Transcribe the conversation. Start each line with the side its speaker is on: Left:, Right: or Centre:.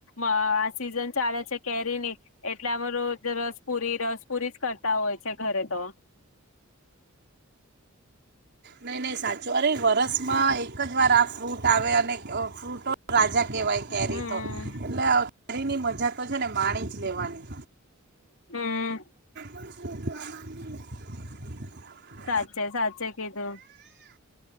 Left: આ સિઝન ચાલે છે કેરી ની એટલે આમાં રોજ રસપુરી રસપુરી જ કર. તા હોય છે ઘરે તો.
Right: નહી નહી, સાચું અરે વરસમાં એક જ વાર આ ફ્રૂટ આવે અને ફ્રૂટો રાજા. કેવાય કેરી
Left: હમ
Right: તો એટલે. શરીની મજા તો છે. ને માણી જ લેવાની.
Left: હમ્મ,
Right: <inaudible>
Left: સાચે સાચે કીધું.